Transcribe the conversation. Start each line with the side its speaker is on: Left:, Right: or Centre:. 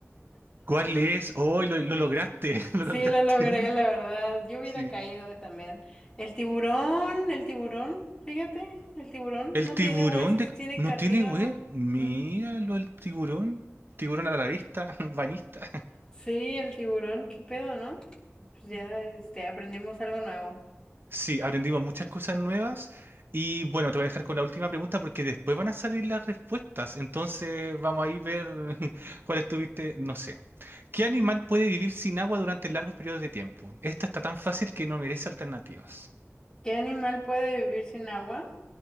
Right: ¿Cuál es? Oh, lo, lo lograste, <laughs> lo
Left: Sí,
Right: lograste.
Left: lo logré, la verdad. Yo hubiera
Right: Sí.
Left: caído eh, también. El tiburón, el tiburón, fíjate, el tiburón
Right: El
Left: no
Right: tiburón
Left: tiene huesos,
Right: de...
Left: tiene
Right: ¿No
Left: cartílago.
Right: tiene web? Míralo,
Left: Mm.
Right: el tiburón. Tiburón a la vista, <laughs> banista.
Left: Sí, el tiburón, qué pedo, ¿no? Pues ya, este, aprendimos algo nuevo.
Right: Sí, aprendimos muchas cosas nuevas. Y bueno, te voy a dejar con la última pregunta porque después van a salir las respuestas. Entonces vamos a ir ver <laughs> cuál estuviste, no sé. ¿Qué animal puede vivir sin agua durante largos periodos de tiempo? Esta está tan fácil que no merece alternativas.
Left: ¿Qué animal puede vivir sin agua?